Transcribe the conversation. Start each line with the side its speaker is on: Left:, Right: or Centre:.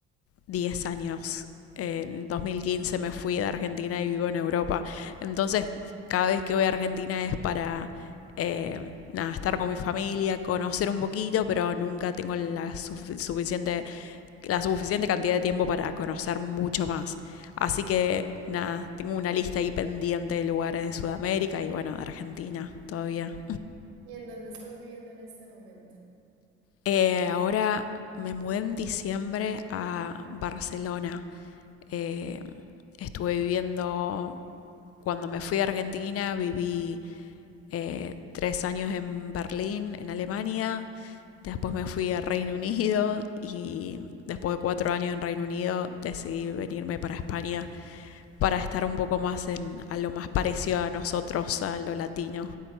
Left: 10 años. En el 2015 me fui de Argentina y vivo en Europa. Entonces, cada vez que voy a Argentina es para eh, nada, estar con mi familia, conocer un poquito, pero nunca tengo la suficiente, la suficiente cantidad de tiempo para conocer mucho más. Así que nada, tengo una lista ahí pendiente de lugares de Sudamérica y bueno, de Argentina todavía.
Right: ¿Y en dónde estás viviendo en este momento?
Left: Eh, ahora me mudé en diciembre a Barcelona. Eh, estuve viviendo Cuando me fui a Argentina viví eh, tres años en Berlín, en Alemania, después me fui a Reino Unido y después de cuatro años en Reino Unido decidí venirme para España para estar un poco más en a lo más parecido a nosotros, a lo latino.